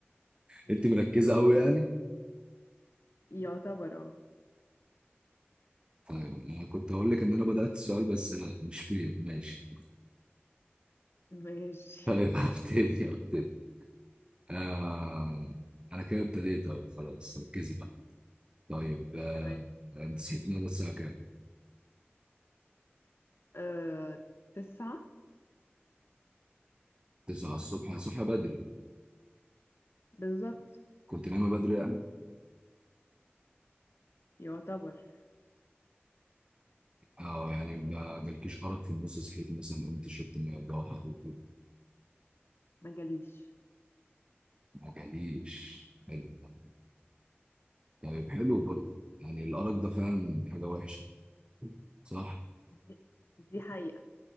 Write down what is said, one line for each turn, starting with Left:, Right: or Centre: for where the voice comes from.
Left: يلا
Right: انت مركزه قوي يعني
Left: يعتبر اه
Right: طيب انا كنت هقول لك ان انا بدات السؤال بس مش فيه ماشي
Left: ماشي
Right: طيب <laughs> هبتدي هبتدي آه انا كده ابتديت اهو خلاص ركزي بقى طيب آه
Left: تمام
Right: انت صحيت النهارده الساعه كام؟
Left: آه تسعة
Right: 9 الصبح صحى بدري
Left: بالظبط
Right: كنت نايمه بدري يعني
Left: يعتبر
Right: اه يعني ما جالكيش ارق في النص صحيتي مثلا قمت شربت ميه جوهر وكده
Left: ما جاليش
Right: ما جاليش حلو ده طيب حلو برضه يعني الارق ده فعلا حاجه وحشه صح؟
Left: دي دي حقيقة